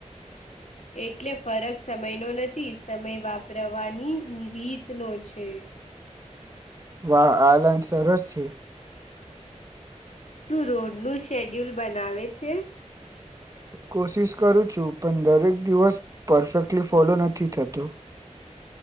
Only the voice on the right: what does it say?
વાહ આ લાઈન સરસ છે.
કોશિશ કરું છું પણ દરેક દિવસ પરફેક્ટલી ફોલો નથી થતું.